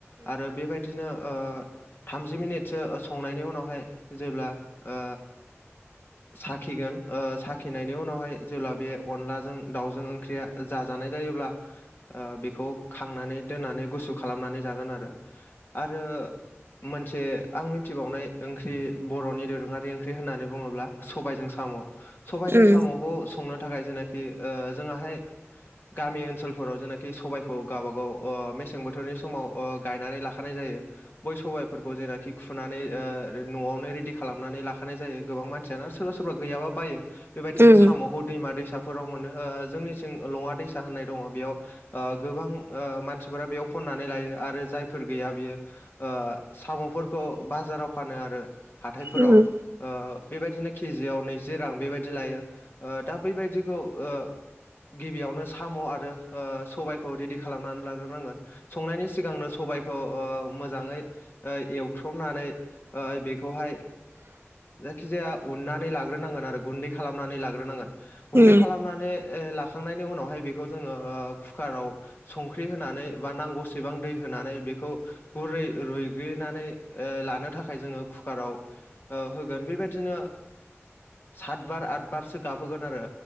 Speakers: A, on the left; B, on the right.
A: आरो बेबायदिनो ओ थामजि मिनिटसो संनायनि उनावहाय जेब्ला ओ साखिगोन ओ साखिनायनि उनावहाय जेब्ला बे अनलाजों दाउजों ओंख्रिया जाजानाय जायोब्ला ओ बेखौ खांनानै दोननानै गुसु खालामनानै जागोन आरो आरो मोनसे आं मिथिबावनाय ओंख्रि बर'नि दोरोङारि ओंख्रि होननानै बुङोब्ला सबायजों साम' सबायजों
B: उम
A: साम'खौ संनो थाखाय जेखि ओ जोङोहाय गामि ओनसोलफोराव जेनाखि सबायखौ गावबा गाव ओ मेसें बोथोरनि समाव ओ गायनानै लाखानाय जायो बै सबाइफोरखौ जेनाखि खुनानै ओ न'आवनो रेडि खालामनानै लाखानाय जायो गोबां मानसियानो सोरबा सोरबा गैयाबा बायो बेबायदिनो
B: उम
A: साम'खौ
B: उम
A: दैमा दैसा फोराव मोन ओ जोंनि थिं लङा दैसा होननाय दङ बेयाव ओ गोबां ओ मानसिफोरा बेयाव खननानै लायो आरो जायफोर गैया बियो ओ साम'फोरखौ बाजाराव फानो आरो हाथायफोराव
B: उम
A: ओ बेबायदिनो केजियाव नैजि रां बेबायदि लायो ओ दा बैबायदिखौ ओ गिबियावनो साम' आरो ओ सबायखौ रेदि खालामनानै लाग्रोनांगोन संनायनि सिगांनो स सबायखौ ओ मोजाङै ओ एवथ्रमनानै ओ बेखौहाय जायखिजाया उननानै लाग्रोनांगोन आरो गुन्दै खालामनानै लाग्रोनांगोन गुन्दै
B: उम
A: खालामनानै ओ लाखांनायनि उनावहाय बेखौ जोङो ओ कुकाराव संख्रि होनानै बा नांगौसेबां दै होनानै बेखौ गुरै रुइग्लिनानै ओ लानो थाखाय जोङो कुकाराव ओ होगोन बेबायदिनो सातबार आदबारसो गाबहोगोन आरो